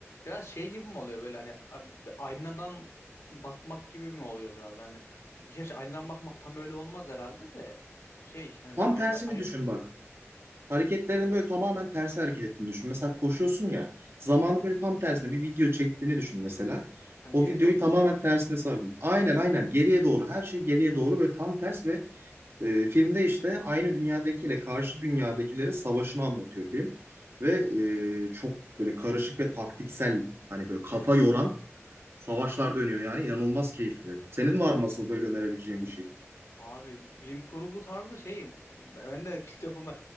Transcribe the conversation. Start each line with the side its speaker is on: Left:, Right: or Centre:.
Left: Biraz şey gibi mi oluyor böyle hani a- bir aynadan bakmak gibi mi oluyor biraz hani gerçi aynadan bakmak tam öyle olmaz herhalde de şey hani
Right: Tam
Left: böyle aynada
Right: tersini
Left: ay,
Right: düşün bak. hareketlerini böyle tamamen tersi hareket ettiğini düşün. Mesela koşuyorsun ya zamanı böyle tam tersine bir video çektiğini düşün mesela.
Left: ha, geriye
Right: O videoyu
Left: doğru koşuyor.
Right: tamamen tersine sardın. Aynen aynen geriye doğru her şey geriye doğru böyle tam ters ve e, filmde işte aynı dünyadakiyle karşı dünyadakilerin savaşını anlatıyor film. Ve e, çok böyle karışık ve taktiksel hani böyle kafa yoran savaşlar dönüyor yani inanılmaz keyifli. Senin var mı asıl böyle önerebileceğin bir şey?
Left: Abi bilim kurgu tarzı şey ben de kilit yapımda